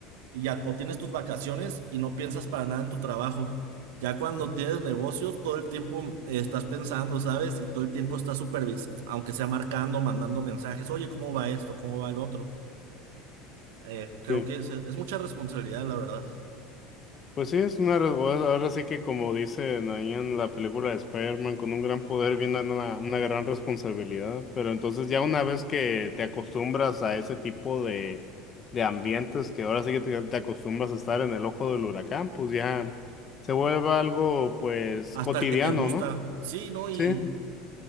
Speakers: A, on the right; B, on the left.
A: y ya obtienes tus vacaciones y no piensas para nada en tu trabajo. Ya cuando tienes negocios, todo el tiempo eh, estás pensando, ¿sabes? Y todo el tiempo estás supervis, aunque sea marcando, mandando mensajes, oye, ¿cómo va esto? ¿Cómo va el otro? Eh, creo
B: Sí.
A: que es, es mucha responsabilidad, la verdad.
B: Pues sí, es una, re- ahora sí que como dicen ahí en la película de Spider-Man, con un gran poder viene una, una gran responsabilidad, pero entonces ya una vez que te acostumbras a ese tipo de, de ambientes, que ahora sí que te, te acostumbras a estar en el ojo del huracán, pues ya se vuelve algo pues
A: Hasta
B: cotidiano,
A: que te gusta,
B: ¿no?
A: sí, ¿no? Y,
B: Sí.